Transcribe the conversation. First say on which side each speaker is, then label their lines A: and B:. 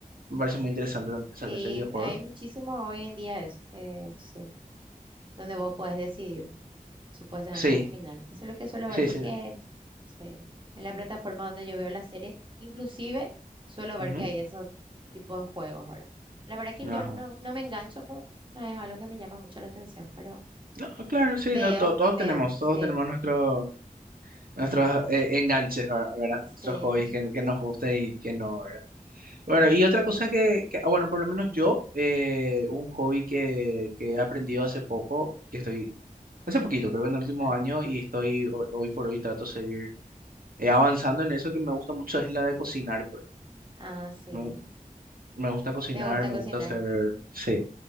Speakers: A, on the right; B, on the right.
A: Me parece muy interesante también
B: sí,
A: esa clase de videojuegos.
B: hay muchísimo hoy en día eso. eh, sí, donde vos podés decidir. supuestamente
A: Sí,
B: el final. Eso es lo que suelo ver
A: sí,
B: porque
A: sí.
B: sí, en la plataforma donde yo veo las series, inclusive suelo ver
A: Ujú.
B: que hay esos tipos de juegos ahora. La verdad que
A: Ajá.
B: yo no, no me engancho, pero no es algo que me llama mucho la atención, pero
A: No, claro, sí,
B: veo,
A: no, to- todos
B: veo,
A: tenemos,
B: sí,
A: todos tenemos nuestro Nuestros eh, enganches, ¿ver- ¿verdad?
B: sí.
A: Nuestros hobbies que, que nos gusta y que no, ¿verdad? Bueno,
B: <laughs>
A: y otra cosa que, que- ah, bueno, por lo menos yo, eh, un hobby que, que he aprendido hace poco, que estoy, hace poquito, creo que en el último
B: Ah,
A: año, y estoy, ho- hoy, por hoy trato de seguir eh, avanzando en eso que me gusta mucho, es la de cocinar, por ejemplo.
B: ah, sí.
A: Me, gu- me gusta cocinar,
B: ¿Te gusta
A: me
B: cocinar?
A: gusta hacer, sí.